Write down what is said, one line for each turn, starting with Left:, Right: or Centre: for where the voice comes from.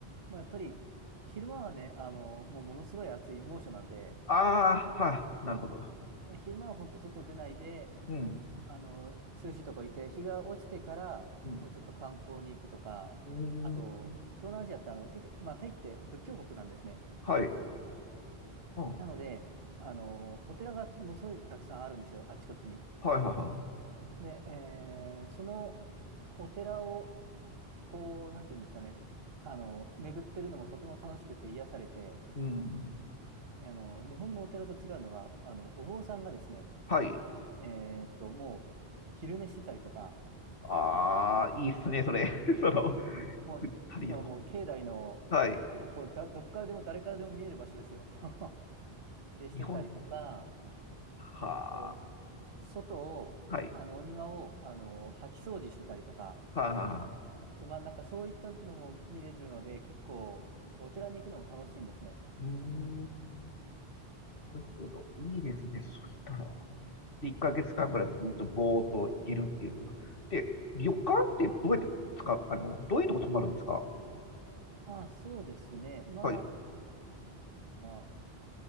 Right: まあやっぱり、昼間はね、あの、もうものすごい暑い猛暑なんで、
Left: ああ、はい、なるほど。
Right: まあ、昼間は本当外出ないで、
Left: うん。
Right: あの、涼しいとこ行って、日が落ちてから、
Left: うん。
Right: こうちょっと観光に行くとか、
Left: うん。
Right: あと、東南アジアってあの、結構、まあタイって仏教国なんですね。
Left: はい。うん。
Right: なので、
Left: は
Right: あの、お寺がもうすごいたくさんあるんですよ、あっちこっちに。
Left: いはいは
Right: で、えーそのお寺を、こう、なんていうんですかね、あの、巡ってるのもとても楽しくて癒されて、
Left: い。うん。
Right: あの、日本のお寺と違うのが、あの、お坊さんがですね、
Left: はい。
Right: えーっと、もう、昼寝してたりとか、
Left: ああ、いいっすね、それ。<laughs> その、
Right: もう、
Left: 足りる。
Right: しかももう、境内の、
Left: はい。
Right: こう、こうだ、どっからでも誰からでも見える場所ですよ。<laughs> で、してたりとか、
Left: 日本、は
Right: あと、外を、
Left: あ、はい。
Right: あの、お庭を、あの、掃き掃除してたりとか、
Left: はあ、はあ、
Right: と、まあ、なんかそういったのも見れるので、結構、こうお寺に行くのも楽しいんですね。
Left: うーん、なるほど。いいですね。そしたら、で1ヶ月間ぐらいずっとぼーっと行けるっていうのは。
Right: は
Left: で、旅館ってどうやって使う、
Right: い。
Left: あの、どういうとこ泊まるんですか
Right: ああ、そうですね。ま
Left: はい、
Right: あ、